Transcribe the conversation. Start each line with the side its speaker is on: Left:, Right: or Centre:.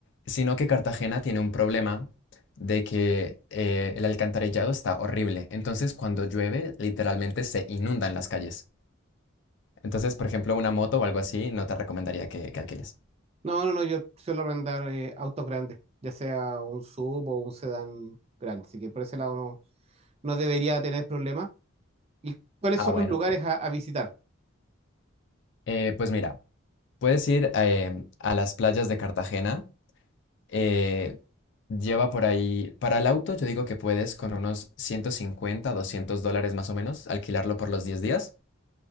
Left: sino que Cartagena tiene un problema de que eh, el alcantarillado está horrible. Entonces, cuando llueve, literalmente se inundan las calles. Entonces, por ejemplo, una moto o algo así, no te recomendaría que, que alquiles.
Right: No, no, no, yo suelo arrendar eh, autos grandes, ya sea un sub o un sedán grande, así que por ese lado no, no debería tener problemas. ¿Y cuáles
Left: Ah,
Right: son
Left: bueno.
Right: los lugares a, a visitar?
Left: eh, pues mira, puedes ir eh, a las playas de Cartagena. eh, lleva por ahí, para el auto, yo digo que puedes con unos 150, 200 dólares más o menos, alquilarlo por los 10 días.